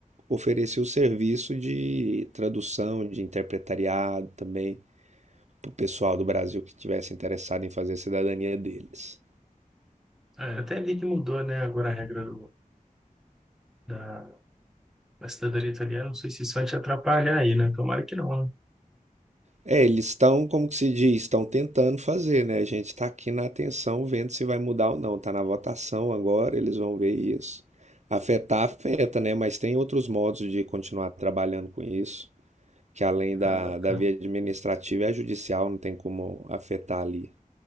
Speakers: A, on the right; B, in the centre.
A: ofereci o serviço de tradução, de interpretariado também para o pessoal do Brasil que estivesse interessado em fazer a cidadania deles.
B: Ah, eu até vi que mudou, né? Agora a regra do, da, da cidadania italiana. Não sei se isso vai te atrapalhar aí, né? Tomara que não, né?
A: É, eles estão, como que se diz, estão tentando fazer, né? A gente está aqui na atenção vendo se vai mudar ou não. Está na votação agora, eles vão ver isso. Afetar, afeta, né? Mas tem outros modos de continuar trabalhando com isso, que além da,
B: Ah, bacana.
A: da via administrativa é a judicial, não tem como afetar ali.